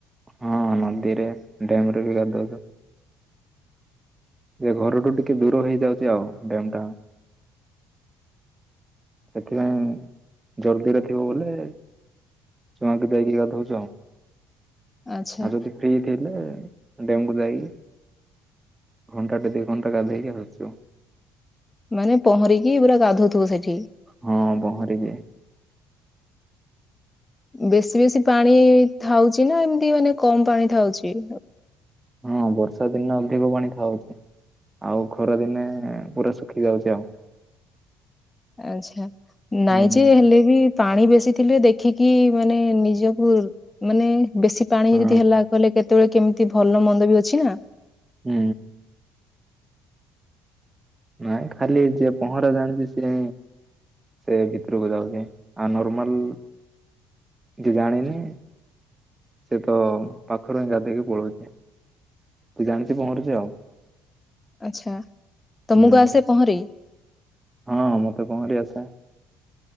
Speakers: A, on the right; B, on the left.
A: ହଁ ନଦୀରେ ଡ୍ୟାମରେ ବି ଗାଧଉଚୁ। ଯେ ଘରଠୁ ଟିକେ ଦୂର ହେଇଯାଉଛି ଆଉ ଡ୍ୟାମ୍ ଟା ସେଥିପାଇଁ ଜଲଦିରେ ଥିବ ବୋଲେ <unintelligible> ଯାଇକି ଗାଧଉଛୁ ଆଉ।
B: ଆଚ୍ଛା
A: ଆଉ ଯଦି ଫ୍ରି ଥିଲେ ଡ୍ୟାମକୁ ଯାଇକି ଘଣ୍ଟା ଟେ ଦିଇ ଘଣ୍ଟା ଗାଧଇକି ଆଉଚୁ ଆଉ।
B: ମାନେ ପହଁରିକି ପୁରା ଗାଧଉଥିବ ସେଠି
A: ହଁ ପହଁରିବି
B: ବେଶୀ ବେଶୀ ପାଣି ଥାଉଛି ନା ଏମିତି ମାନେ କମ ପାଣି ଥାଉଛି
A: ହଁ ବର୍ଷା ଦିନ ଅଧିକ ପାଣି ଖାଉଛି। ଆଉ ଖରା ଦିନେ ପୁରା ଶୁଖି ଯାଉଛି ଆଉ।
B: ଆଛା ନାଇଁ
A: ହୁଁ
B: ଯେ ହେଲେ ବି ପାଣି ବେଶୀ ଥିଲେ ଦେଖିକି ମାନେ ନିଜକୁ ମାନେ ବେଶୀ ପାଣି
A: ହଁ
B: ଯଦି ହେଲା କହିଲେ କେତେବେଳେ କେମିତି ଭଲ ମନ୍ଦ ବି ଅଛି ନା
A: ହୁଁ। ନାଇଁ ଖାଲି ଯିଏ ପହଁରା ଜାଣିଛି ସିଏ ସେ ଭିତରକୁ ଯାଉଛି ଆଉ ନର୍ମାଲ କି ଜାଣିନି ସେ ତ ପାଖରୁ ହିଁ ଗାଧେଇକି ପଳଉଛି। ତୁ ଜାଣିଛୁ ପହଁରୁଛି ଆଉ।
B: ଆଛା ତମକୁ
A: ହୁଁ
B: ଆସେ ପହଁରି?
A: ହଁ ମତେ ପହଁରି ଆସେ।